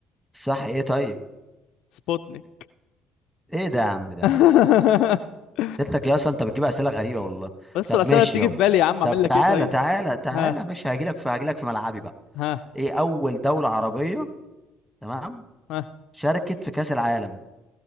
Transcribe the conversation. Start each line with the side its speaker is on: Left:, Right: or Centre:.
Centre: صح ايه طيب
Left: سبوتنيك
Centre: ايه ده يا عم ده
Left: <laughs>
Centre: يا عم سيرتك يا اصلا انت بتجيب اسئله غريبه والله
Left: بس
Centre: طب
Left: الاسئله
Centre: ماشي
Left: بتيجي
Centre: يابا
Left: في بالي يا عم اعمل
Centre: طب
Left: لك
Centre: تعالى
Left: ايه طيب
Centre: تعالى تعالى
Left: ها
Centre: ماشي هجيلك في هجيلك في ملعبي بقى
Left: ها
Centre: ايه اول دوله عربيه تمام
Left: ها
Centre: شاركت في كاس العالم